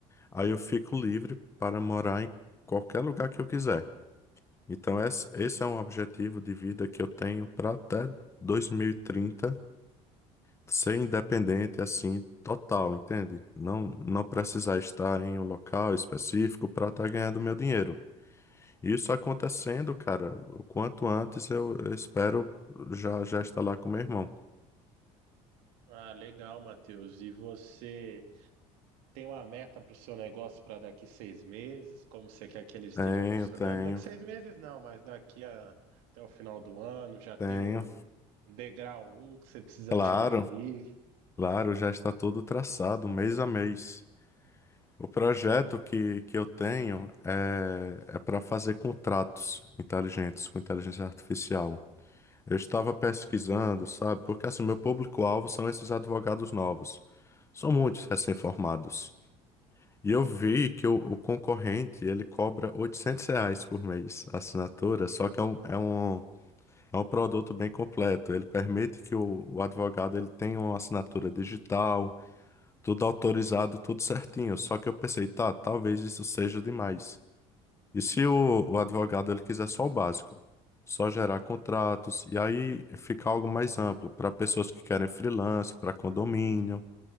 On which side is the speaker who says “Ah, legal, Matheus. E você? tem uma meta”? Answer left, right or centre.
Right